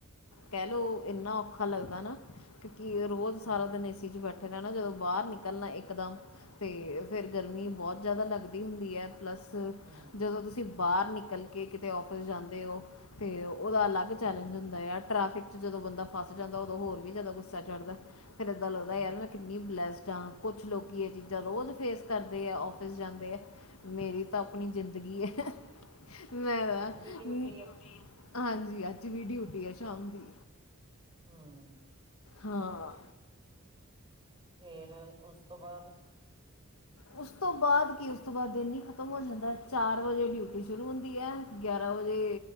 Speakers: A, on the left; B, on the right.
A: ਕਹਿਲੋ ਇੰਨਾ ਔਖਾ ਲੱਗਦਾ ਨਾ, ਕਿਉਕਿ ਰੋਜ਼
B: ਹਮ
A: ਸਾਰਾ ਦਿਨ ਏਸੀ 'ਚ ਬੈਠੇ ਰੈਨਾ, ਜਦੋਂ ਬਾਹਰ ਨਿਕਲਣਾ ਇੱਕਦਮ ਤੇ ਫਿਰ, ਗਰਮੀ ਬਹੁਤ ਜ਼ਿਆਦਾ ਲੱਗਦੀ ਹੁੰਦੀ ਹੈ। ਪਲੱਸ
B: ਹਮ
A: ਜਦੋਂ ਤੁਸੀਂ ਬਾਹਰ ਨਿਕਲ ਕੇ ਕਿਤੇ ਔਫਿਸ ਜਾਂਦੇ ਹੋ, ਤੇ ਉਹਦਾ ਅਲੱਗ ਚੈਲੇਂਜ ਹੁੰਦਾ ਆ ਟ੍ਰੈਫਿਕ 'ਚ। ਜਦੋਂ ਬੰਦਾ ਫਸ ਜਾਂਦਾ ਉਦੋਂ ਹੋਰ ਵੀ ਜ਼ਿਆਦਾ ਗੁੱਸਾ ਚੜਦਾ ਫੇਰ ਏਦਾਂ ਲੱਗਦਾ
B: ਹਮ
A: ਯਾਰ ਮੈਂ। ਕਿੰਨੀ ਬਲੈਸਡ ਹਾਂ ਕੁਛ ਲੋਕ ਇਹ ਚੀਜ਼ਾਂ ਰੋਜ਼ ਫੇਸ ਕਰਦੇ ਆ ਔਫਿਸ ਜਾਂਦੇ ਹੈ। ਮੇਰੀ
B: ਹਮ
A: ਤਾਂ ਆਪਣੀ ਜ਼ਿੰਦਗੀ ਹੈ ਮੈਂ ਤਾਂ
B: ਅੱਜ
A: ਆਪਣੀ
B: ਵੀ
A: ਡਿਊਟੀ,
B: ਹੈ
A: ਹਾਂਜੀ ਅੱਜ ਵੀ ਡਿਊਟੀ ਆ ਸ਼ਾਮ ਦੀ।
B: ਹੂੰ।
A: ਹਾਂ।
B: ਫੇਰ ਉਸ ਤੋਂ ਬਾਅਦ,
A: ਉਸ ਤੋਂ ਬਾਅਦ ਕੀ ਉਸ ਤੋਂ ਬਾਅਦ ਦਿਨ ਹੀ ਖ਼ਤਮ ਹੋ ਜਾਂਦਾ ਚਾਰ ਵਜੇ ਡਿਊਟੀ ਸ਼ੁਰੂ ਹੁੰਦੀ ਹੈ। ਗਿਆਰਾਂ ਵਜੇ